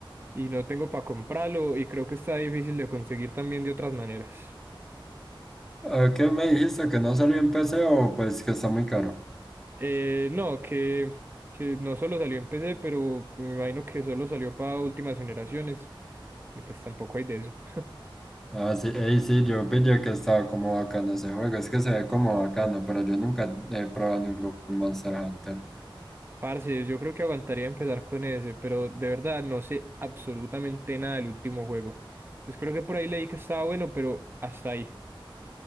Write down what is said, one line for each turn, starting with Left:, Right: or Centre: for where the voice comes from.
Right: y no tengo para comprarlo y creo que está difícil de conseguir también de otras maneras.
Centre: Ah, ¿Qué me dijiste? ¿Que no salió en PC o pues que está muy caro?
Right: Eh, no, que, que no solo salió en PC, pero me imagino que solo salió para últimas generaciones y pues tampoco hay de eso. <laughs>
Centre: Ah, sí, ey, sí, yo pillé que estaba como bacano ese juego. Es que se ve como bacano, pero yo nunca he probado ningún Monster Hunter.
Right: Parce, yo creo que aguantaría empezar con ese, pero de verdad no sé absolutamente nada del último juego. Pues creo que por ahí leí que estaba bueno, pero hasta ahí.